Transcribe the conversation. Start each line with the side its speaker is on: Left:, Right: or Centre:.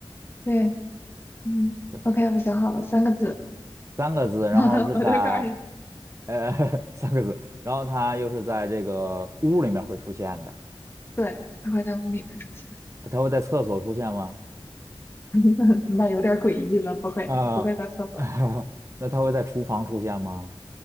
Left: 对，嗯，OK，
Right: 对，
Left: 我想好了，三个字，
Right: 三个字，
Left: <laughs>
Right: 然后是在
Left: 我就告诉你，
Right: 呃 <laughs> 三个字，然后它又是在这个屋里面会出现的。
Left: 对，它会在屋里面出现，
Right: 它会在厕所出现吗？
Left: <laughs> 那有点诡异了，不会，
Right: 啊、
Left: 不会在厕所，
Right: <laughs> 那它会在厨房出现吗？